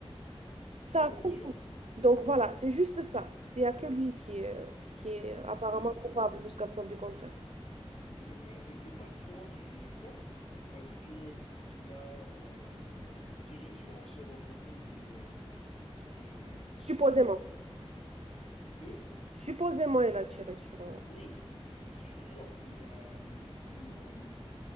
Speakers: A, on the right; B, on the left.
A: ça
B: Ouais, ouais, c'est
A: roule.
B: sûr.
A: Donc voilà, c'est juste ça. Il n'y a que lui qui est, euh, qui est apparemment
B: C'est
A: coupable jusqu'à preuve du contraire.
B: C'est vrai, et c'est pas si loin du sujet que ça, parce que il a euh, tiré sur un chef d'entreprise d'une euh,
A: Supposément.
B: d'un de
A: Supposément, il a tiré sur un...
B: oui sur la d'une euh,